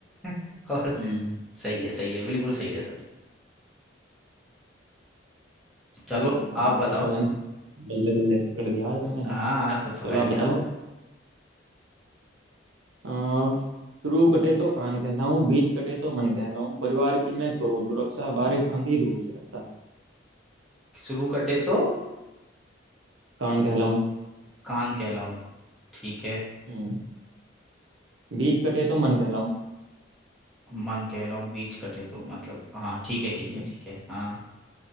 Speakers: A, in the centre; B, on the right (about 75°).
A: <laughs> और
B: हम्म
A: सही है सही है बिल्कुल सही है सर चलो
B: अरे वाह
A: आप बताओ
B: आज तो मैंने बल्ले बल्ले पकड़ लिया आज तो मैंने है
A: हाँ
B: ना
A: आज तो पकड़
B: चलो आप
A: लिया
B: बताओ
A: आपने
B: अ, शुरू कटे तो कान कहलाऊं बीच कटे तो मन कहलाऊं परिवार की मैं करूं सुरक्षा बारिश आंधी धूप से रक्षा
A: शुरू कटे तो
B: कान कहलाऊं
A: कान कहलाऊं ठीक है
B: हम्म बीच कटे तो मन कहलाऊं
A: मन कहलाऊं बीच कटे तो मतलब हाँ ठीक है ठीक
B: हम्म
A: है ठीक है हाँ